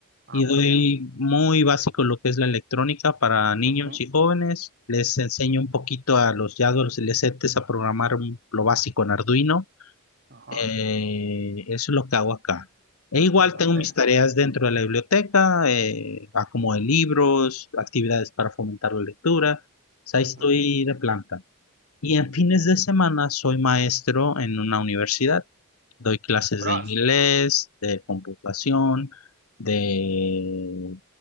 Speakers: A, on the right; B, on the left.
A: Ah,
B: y
A: muy
B: doy
A: bien.
B: muy básico lo que es la electrónica para niños
A: Ujú,
B: y jóvenes. Les enseño un poquito a los ya adolescentes a programar un- lo básico en Arduino.
A: Ajá,
B: Eh, eso es lo que hago acá. E igual
A: interesante.
B: tengo mis tareas dentro de la biblioteca, eh, acomodo de libros, actividades para fomentar la lectura. O sea, ahí
A: Ujú.
B: estoy de planta. Y en fines de semana soy maestro en una universidad. Doy clases
A: Ostras,
B: de inglés, de computación, de